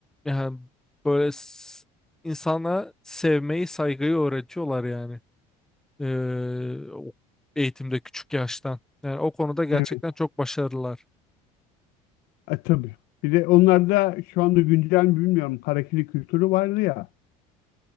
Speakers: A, in the centre; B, on the left.
A: yani böyle s- insana sevmeyi, saygıyı öğretiyorlar yani. Ee, o- eğitimde küçük yaştan. Yani o konuda gerçekten
B: Evet.
A: çok başarılılar. <laughs>
B: E, tabii. Bir de onlarda şu anda güncel mi bilmiyorum harekeli kültürü vardı ya.